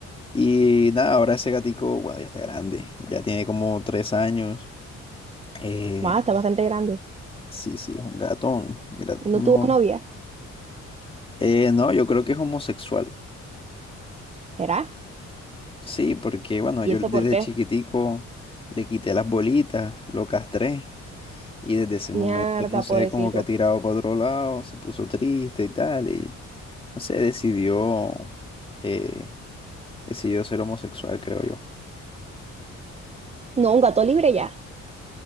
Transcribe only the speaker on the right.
Más, está bastante grande.
¿Y no
tuvo novia?
¿Será?
¿Y
eso
por qué?
Mierda,
pobrecito.
No, un gato libre ya.